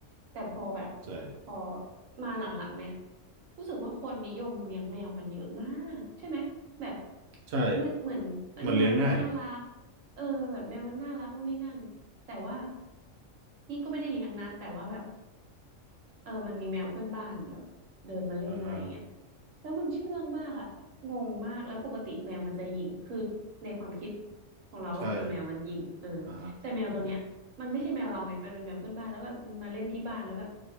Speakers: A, on the right; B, on the right.
A: แต่พอแบบพอ
B: ใช่
A: มาหลังๆเนี่ยรู้สึกว่าคนนิยมเลี้ยงแมวกันเยอะมากใช่ไหมแบบ
B: ใช่
A: เหมือนเหมือนมันแมวมันน่ารัก
B: มันเลี้ยงง่าย
A: เออแบบแมวมันน่ารักนู่นนี่นั่นแต่ว่าพี่ก็ไม่ได้เลี้ยงนะแต่ว่าแบบเออมันมีแมวเพื่อนบ้านแบบเดินมาเล่นอะไรอย่างเงี้ย
B: อ่าฮะ
A: แล้วมันเชื่องมากอ่ะ งงมากแล้วปกติแมวมันจะหยิ่งคือในความคิดของเราก็คือแมวมันหยิ่งเออ
B: ใช่อ่าฮะ
A: แต่แมวตัวเนี้ยมันไม่ใช่แมวเราไงมันเป็นแมวเพื่อนบ้านแล้วแบบมันมาเล่นที่บ้านแล้วแบบ